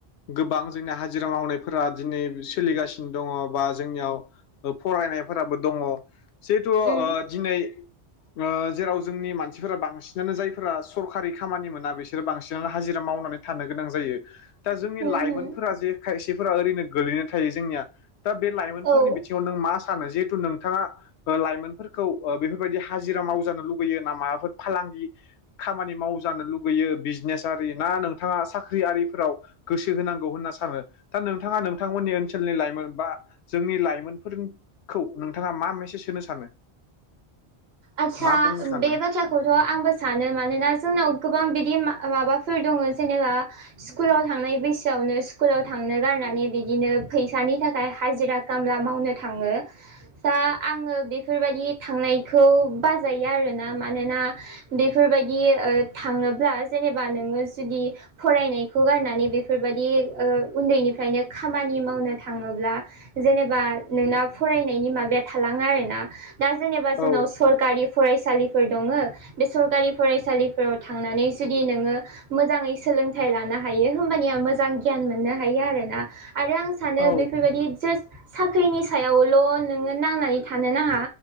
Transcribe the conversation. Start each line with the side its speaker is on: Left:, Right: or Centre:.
Left: गोबां जोंनि हाजिरा मावनायफोरा दिनै सोलिगासिनो दङ बा जोंनियाव फरायनायफोराबो दङ जिहेथु ओ
Right: उम
Left: दिनै ओ जेराव जोंनि मानसिफोरा बांसिनानो जायफोरा सरकारि खामानि मोना बिसोरो बांसिनानो हाजिरा मावनानै थानो गोनां जायो दा जोंनि
Right: होम
Left: लाइमोनफोरा
Right: होम
Left: जे खायसेफोरा ओरैनो गोगलैनो थायो जोंनिया दा बे लाइमोनफोरनि
Right: औ
Left: बिथिङाव नों मा हेथु नोंथाङा लाइमोनफोरखौ बेफोरबायदि हाजिरा माव लुुबैयो ना माबाफोर फालांगि खामानि मावजानो लुगैयो बिजनेस आरि ना नोंथाङा साख्रियिफोराव गोसो होनांगौ होनना सानो दा नोंथाङा नोंथांमोननि ओनसोलनि लाइमोन बा जोंनि लाइमोनफोरखौ नोंथाङा मा मेसेज होनो सानो
Right: आतसा
Left: मा बुंनो सानो
Right: बे बाथ्रा खौथ' आंबो सानो मानोना जोंनाव गोबां बिदि माबाफोर दङ जेनेबा स्कुलाव थांनाय बैसोआवनो स्कुलाव थांनो गारनानै बिदिनो फैसानि थाखाय हाजिरा खामला मावनो थाङो दा आङो बेफोरबायदि थांनाय खौ बाजायो आरोना मानोना बेफोरबायदि थाङोब्ला जेनेबा नोङो जुदि फरायनायखौ गारनानै बेफोरबायदि उन्दैनिफ्रायनो खामानि मावनो थाङोब्ला जेनेबा नोंना फरायनायनि माबाया थालाङो आरो ना दा जेनेबा जोंनाव
Left: औ
Right: स गारि फरायसालिफोर दङ बे सरकारि फरायसालिफोराव थांनानै जुदि नोङो मोजाङै सोलों फिथाइ लानो हायो होमबानि आं मोजां गियान मोननो हायो आरोना आरो आं सानो
Left: औ
Right: बेफोरबायदि जास्ट साख्रिनि सायावल' नोङो नांनानै थानो नाङा